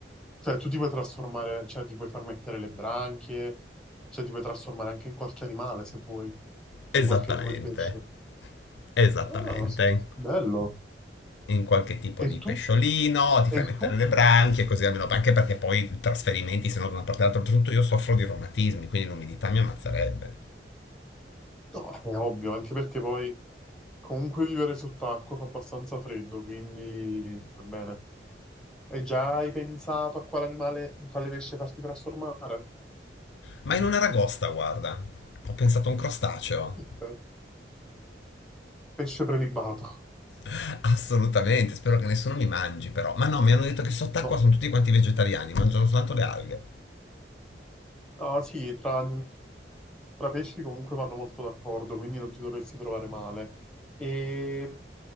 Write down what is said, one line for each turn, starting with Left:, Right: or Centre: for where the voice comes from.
Centre: cioè, tu ti puoi trasformare, cioè ti puoi far mettere le branchie, cioè ti puoi trasformare anche in qualche animale se vuoi, in
Left: Esattamente.
Centre: qualche tipo di pesce.
Left: Esattamente.
Centre: Ah, s- bello.
Left: in qualche tipo
Centre: E
Left: di pesciolino,
Centre: tu?
Left: ti fai
Centre: E
Left: mettere
Centre: tu?
Left: le branchie, così almeno anche perché poi i trasferimenti, se no da una parte all'altra, tutto io soffro di reumatismi, quindi l'umidità mi ammazzerebbe.
Centre: No, è ovvio, anche perché poi comunque vivere sott'acqua fa abbastanza freddo, quindi va bene. E già hai pensato a quale animale, in quale pesce farti trasformare?
Left: Ma in una ragosta, guarda, ho pensato a un crostaceo.
Centre: Ok. Pesce prelibato.
Left: Eh, Assolutamente, spero che nessuno mi mangi però. Ma no, mi hanno detto che sott'acqua
Centre: No.
Left: sono tutti quanti vegetariani, mangiano soltanto le alghe.
Centre: Ah sì, tra, tra pesci comunque vanno molto d'accordo, quindi non ti dovresti trovare male. E